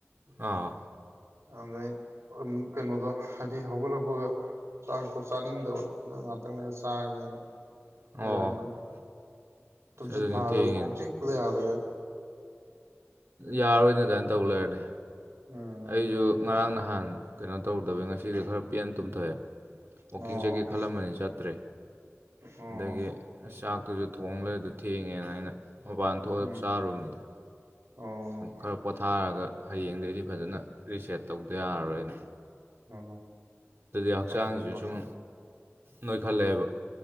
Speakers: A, on the right; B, on the right.
A: ꯑꯥ
B: ꯑꯗꯩ ꯀꯩꯅꯣꯗꯣ ꯍꯥꯏꯗꯤ ꯍꯧꯒꯠꯂꯛꯄꯒ ꯆꯥꯔꯛꯄ ꯆ ꯆꯥꯅꯤꯡꯗꯕ ꯑꯗꯨ ꯉꯥꯛꯇꯪꯅꯦ ꯆꯥꯒꯦꯅ
A: ꯑꯣ
B: ꯂꯩꯔꯝꯕꯅꯤ
A: ꯑꯁ
B: ꯇꯨꯝꯁꯤꯠ
A: ꯑꯗꯨꯅꯤ
B: ꯐꯥꯗꯕꯩ
A: ꯊꯦꯡꯉꯤꯅꯦ
B: ꯀꯣꯛ ꯆꯤꯄꯨꯗ ꯌꯥꯗ꯭ꯔꯦ
A: ꯌꯥꯔꯣꯏꯅꯦ ꯑꯗꯨꯃꯥꯏꯅ ꯇꯧ ꯂꯩꯔꯗꯤ
B: ꯎꯝ
A: ꯑꯩꯁꯨ ꯉꯔꯥꯡ ꯅꯍꯥꯟ ꯀꯩꯅꯣ ꯇꯧꯗꯕ ꯉꯁꯤꯁꯨ ꯈꯔ ꯄꯦꯟꯟ ꯇꯨꯝꯊꯣꯛꯑꯦ ꯋꯥꯋꯥꯛꯀꯤꯡ
B: ꯑꯣ
A: ꯆꯠꯒꯦ ꯈꯜꯂꯝꯕꯅꯤ ꯆꯠꯇ꯭ꯔꯦ
B: ꯑꯣ
A: ꯑꯗꯒꯤ ꯑꯁ ꯆꯥꯛꯇꯨꯁꯨ ꯊꯣꯡꯂꯦꯗ ꯊꯦꯡꯉꯦꯅ ꯑꯩꯅ ꯃꯄꯥꯟ ꯊꯣꯛꯑ
B: ꯎꯝ
A: ꯆꯥꯔꯨꯕꯅꯤꯗ
B: ꯑꯣ
A: ꯈꯔ ꯄꯣꯊꯥꯔꯒ ꯍꯌꯦꯡꯗꯗꯤ ꯐꯖꯅ ꯔꯤꯁꯦꯠ ꯇꯧꯗ ꯌꯥꯔꯔꯣꯏꯅꯦ
B: ꯎ
A: ꯍꯛꯆꯥꯡꯁꯤꯁꯨ
B: ꯇꯁꯂꯣ ꯇꯁꯜ
A: ꯁꯨꯝ ꯅꯣꯏꯈꯠꯂꯛꯑꯦꯕ